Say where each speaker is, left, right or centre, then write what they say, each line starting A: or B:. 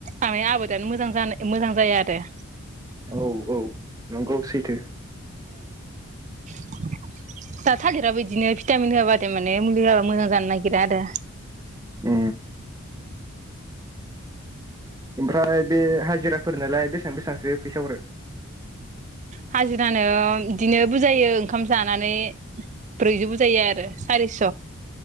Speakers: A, on the right (about 35°); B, on the right (about 15°).
A: आ आबादानो मोजां जानो मोजां जाया आरो।
B: औ औ। नंगौ सैथो।
A: <inaudible> दा थालिरा बिदिनो भिटामिन होआबा माने मुलि हा मोजां जानो नागिरा आरो।
B: ओ ओमफ्राय बे हाजिराफोर नालाय बेसेबां बेसेबांसो फैसा हरो?
A: हाजिरानो बिदिनो बुजायो ओंखाम जानानै ब्रैजौ बु जायो आरो सारिस'।